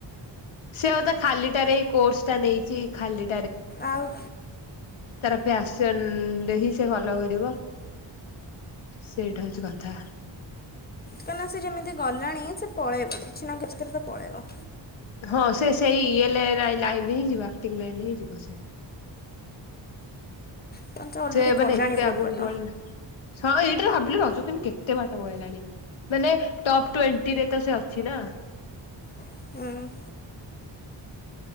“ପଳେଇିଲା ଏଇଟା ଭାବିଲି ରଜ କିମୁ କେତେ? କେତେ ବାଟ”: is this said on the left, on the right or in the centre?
Left